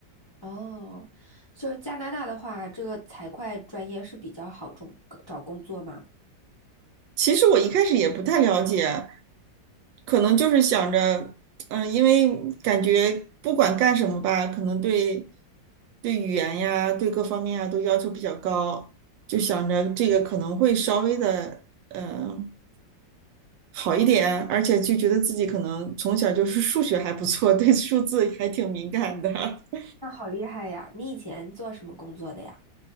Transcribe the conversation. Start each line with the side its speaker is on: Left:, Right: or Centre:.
Left: 哦，就是加拿大的话，这个财会专业是比较好中找工作吗？
Right: 其实我一开始也不太了解，可能就是想着，嗯，因为感觉不管干什么吧，可能对对语言呀，对各方面啊都要求比较高，就想着这个可能会稍微的，嗯，好一点，而且就觉得自己可能从小就是数学还不错，对数字还挺敏感的。<laughs>
Left: 那好厉害呀！你以前做什么工作的呀？